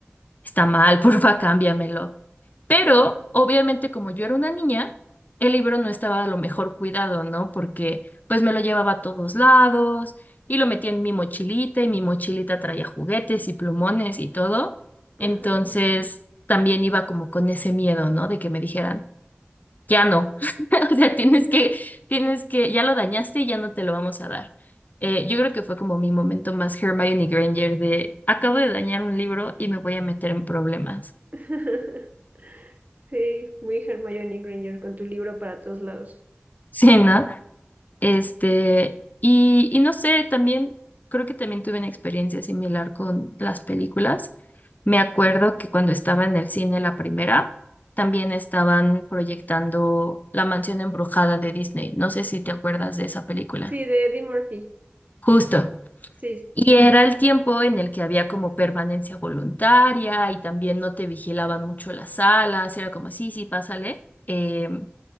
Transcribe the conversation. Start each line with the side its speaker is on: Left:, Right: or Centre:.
Left: está mal, <laughs> porfa, cámbiamelo. Pero
Right: ujú,
Left: obviamente como yo era una niña, el libro no estaba a lo mejor cuidado, ¿no? Porque pues me lo llevaba a todos lados y lo metía en mi mochilita y mi mochilita traía juguetes y plumones y todo.
Right: Ajá.
Left: Entonces también iba como con ese miedo, ¿no? De que me dijeran, ya no. <laughs> O sea, tienes que, tienes que, ya lo dañaste y ya no te lo vamos a dar. Eh, yo creo que fue como mi momento más Hermione Granger de acabo de dañar un libro y me voy a meter en problemas.
Right: <laughs> Sí, muy Hermione Granger con tu libro para todos lados.
Left: <laughs> Sí, ¿no? Este, y, y no sé, también creo que también tuve una experiencia similar con las películas. Me acuerdo que cuando estaba en el cine la primera, también estaban proyectando La Mansión Embrujada de Disney. No sé si te acuerdas de esa película.
Right: Sí, de Eddie Murphy.
Left: Justo.
Right: Sí.
Left: Y era el tiempo en el que había como permanencia voluntaria y también no te vigilaban mucho las salas. Era como, sí, sí, pásale. Em,